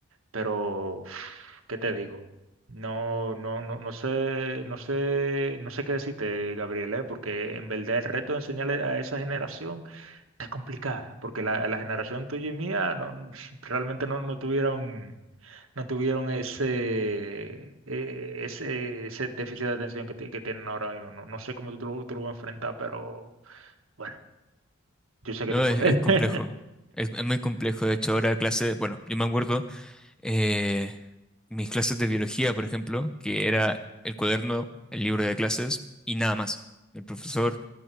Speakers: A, on the right (about 80°); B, in the centre.
A: pero uf, ¿qué te digo? No, no, no, no sé, no sé, no sé qué decirte, Gabriel, ¿eh? Porque en verdad el reto de enseñarle a esa generación está complicada, porque la, la generación tuya y mía no, <laughs> realmente no, no tuvieron, no tuvieron ese, eh, ese, ese déficit de atención que, ti- que tienen ahora mismo. No, no sé cómo tú, te lo- tú lo vas a enfrentar, pero bueno, yo sé que
B: no,
A: tú puedes.
B: es, es complejo.
A: <laughs>
B: Es, es muy complejo. De hecho, ahora clase, bueno, yo me acuerdo. eh, mis clases de biología, por ejemplo, que
A: Ujú,
B: era el cuaderno, el libro de clases y nada más. El profesor,